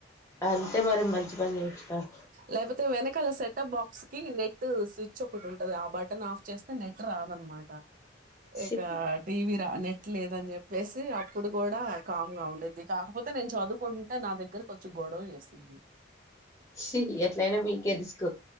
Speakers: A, on the left (about 15°); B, on the right (about 45°).
A: అంతే మరి మంచి పని చేసినారు
B: లేకపోతే వెనకాల సెటప్ బాక్స్ కి నెట్ స్వి టది ఆ బటన్ ఆఫ్ చేస్తే నెట్ రాదనమాట
A: ఛీ
B: ఇక టీవీ రా నెట్ లేదని చెప్పేసి తి అప్పుడు కూడా కామ్ గా ఉండేద్ది కాకపోతే నేను చదువుకుంటుంటే నా దగ్గరకి గొడవ చేస్తుంది
A: ఛీ ఎట్లయినా మీకే రిస్క్